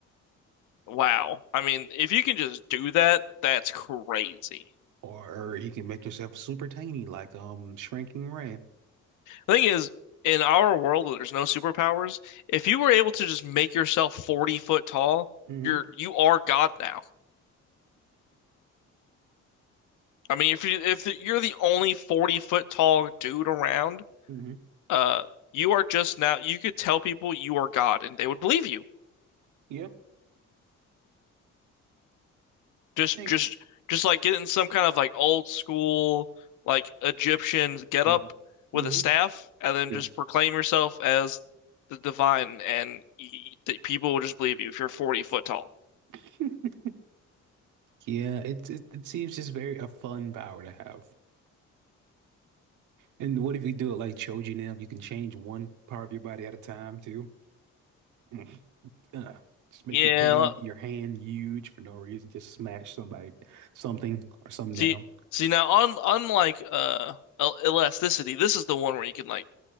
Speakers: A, on the left (about 80°); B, on the right (about 80°).
A: Wow. I mean, if you can just do that, that's crazy.
B: Or, or you can make yourself super tiny, like um Shrinking Ray.
A: The thing is, in our world where there's no superpowers, if you were able to just make yourself 40 foot tall,
B: Mm-hmm.
A: you're you are God now. I mean, if you if you're the only 40 foot tall dude around,
B: hmm
A: uh, you are just now you could tell people you are God and they would believe you.
B: <laughs> Yeah.
A: Just
B: I think.
A: just just like getting some kind of like old school like Egyptian get
B: hmm
A: up with
B: hmm
A: a staff and then
B: Yeah.
A: just proclaim yourself as the divine and y y- people will just believe you if you're 40 foot tall.
B: <laughs> Yeah, it, it it seems just very a fun power to have. And what if you do it like Choji Chojinim? You can change one part of your body at a time too. Mm. Uh, just make
A: Yeah.
B: your hand your hand huge for no reason. Just smash somebody, something or something
A: See
B: down.
A: see now on unlike uh el- elasticity, this is the one where you can like